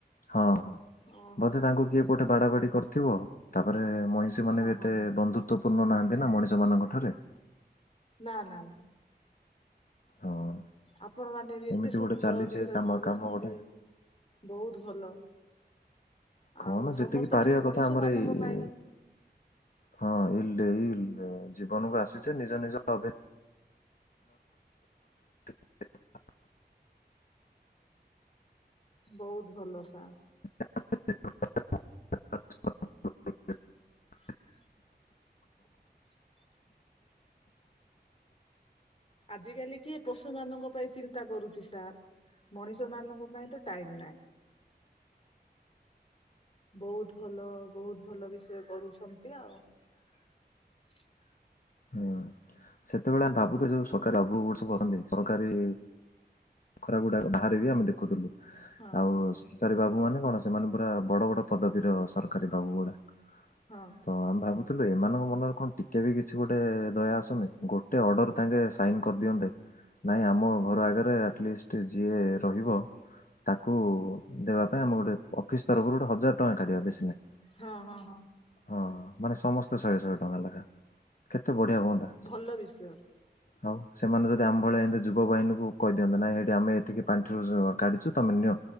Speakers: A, on the left (about 50°); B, on the left (about 35°).
A: ହଁ, ହଁ
B: ଓହୋ
A: ବୋଧେ ତାଙ୍କୁ କିଏ? ବାଡ ବାଡି କରିଥିବ, ତାପରେ ମଇଁଷି ମାନେ
B: ହଁ
A: ବି ଏତେ
B: ହଁ ହଁ
A: ବନ୍ଧୁତ୍ବ ପୂର୍ଣ୍ଣ ନାହାନ୍ତି ନା ମଣିଷ ମାନଙ୍କ ଠାରେ
B: ନା ନା ନା
A: ହଁ <inaudible>
B: ଆପଣ ମାନେ ବି ଏତେ
A: ଏମିତି
B: ସୁନ୍ଦର
A: ଗୋଟେ ଚାଲିଛି
B: ବିଷୟ
A: କାମ
B: କରୁଛନ୍ତି?
A: କାମ ଗୋଟେ
B: ବହୁତ ଭଲ।
A: କଣ
B: ଆଉ
A: ଯେତିକି
B: ସମସ୍ତେ
A: ପାରିବା
B: ଖାଲି
A: କଥା,
B: ମଣିଷ
A: ଆମର
B: ମାନଙ୍କ
A: ଏଇ,
B: ପାଇଁ
A: ହଁଇ ଜୀବନକୁ ଆସିଛେ ନିଜ ନିଜ <inaudible> <unintelligible>
B: ବହୁତ ଭଲ ସା
A: <unintelligible>
B: <unintelligible> ଆଜ କାଲି କିଏ ପଶୁ ମାନଙ୍କ ପାଇଁ ଚିନ୍ତା କରୁଛି ସାର୍? ମଣିଷ ମାନଙ୍କ ପାଇଁ ତ ଟାଇମ ନାହିଁ। ବହୁତ ଭଲ, ବହୁତ ଭଲ ବିଷୟ କରୁଛନ୍ତି ଆଉ <unintelligible>
A: ହୁଁ ସେତେବେଳେ ଆମେ ଭାବୁ <inaudible> ସରକାରୀ ସବୁ ଅନ୍ତି ସରକାରୀ <unintelligible> <unintelligible> ଗୁଡାକ ବାହାରେ ବିି ଆମେ ଦେଖୁଥିଲୁ।
B: ହଁ
A: ଆଉ ସରକାରୀ ବାବୁ ମାନେ କଣ, ସେମାନେ ପୁରା ବଡ ବଡ ପଦବୀର ସରକାରୀ ବାବୁ ଗୁଡା।
B: ହଁ।
A: ତ ଆମେ ଭାବୁଥିଲୁ ଏମାନଙ୍କ ମନରେ କଣ ଟିକେ ବି କି କିଛି ଗୋଟେ ଦୟା ଆସୁନି, ଗୋଟେ ଅର୍ଡର ତାଙ୍କେ ସାଇନ କରିଦିଅନ୍ତେ ନାଇଁ ଆମ ଘର ଆଗରେ ଆଟଲିଷ୍ଟ ଯିଏ ରହିବ ତାକୁ ଦେବା ପାଇଁ ଆମ ଗୋଟେ ଅଫିସ ତରଫରୁ ଗୋଟେ ହଜାର ଟଙ୍କା କାଢିବା ବେଶୀ ନାହିଁ।
B: ହଁ ହଁ ହଁ
A: ହଁ ମାନେ, ସମସ୍ତେ ଶହେ ଶହେ ଟଙ୍କା ଲେଖା ଏ ବଢ଼ିଆ ହୁଅନ୍ତା।
B: ଭଲ ବିଷୟ
A: ହଉ ସେମାନେ ଯଦି ଆମ ଭଳିଆ ଏମି ଯୁବହିନୀକୁୁ କହି ଦିଅନ୍ତେ ନାଇଁ ଇଠି ଆମେ ଏତିକି ପାଣ୍ଠି ରୁ କାଢିଛୁ ତମେ ନିଅ।